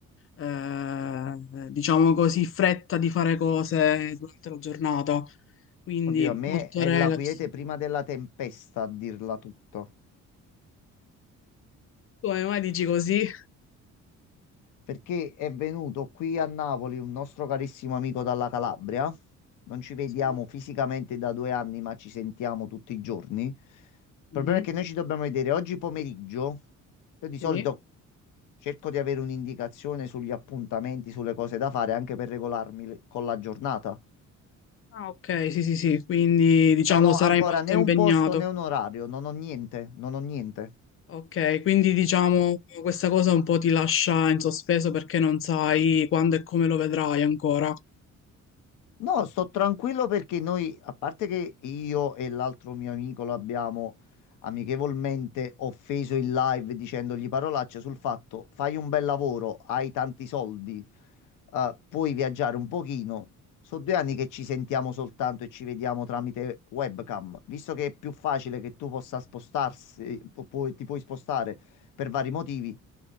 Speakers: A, on the left; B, on the left.
A: eh, diciamo così, fretta di fare cose durante la giornata. Quindi
B: Oddio, a me
A: molto
B: è
A: relax.
B: la quiete prima della tempesta, a dirla tutta.
A: Come mai dici così?
B: perché è venuto qui a Napoli un nostro carissimo amico dalla Calabria. Non ci vediamo
A: Sì.
B: fisicamente da due anni, ma ci sentiamo tutti i giorni. Il
A: Mhm.
B: problema è che noi ci dobbiamo vedere oggi pomeriggio. Io di solito
A: Sì.
B: cerco di avere un'indicazione sugli appuntamenti, sulle cose da fare, anche per regolarmi le- con la giornata.
A: Ah, ok, sì, sì, sì, quindi diciamo
B: Non ho
A: sarai
B: ancora
A: molto
B: né
A: impegnato.
B: un posto né un orario, non ho niente, non ho niente.
A: Ok, quindi diciamo questa cosa un po' ti lascia in sospeso perché non sai quando e come lo vedrai ancora.
B: No, sto tranquillo perché noi, a parte che io e l'altro mio amico lo abbiamo amichevolmente offeso in live dicendogli parolacce sul fatto, fai un bel lavoro, hai tanti soldi, eh, puoi viaggiare un pochino. Sono due anni che ci sentiamo soltanto e ci vediamo tramite webcam. Visto che è più facile che tu possa spostarsi, pu- puoi- ti puoi spostare per vari motivi,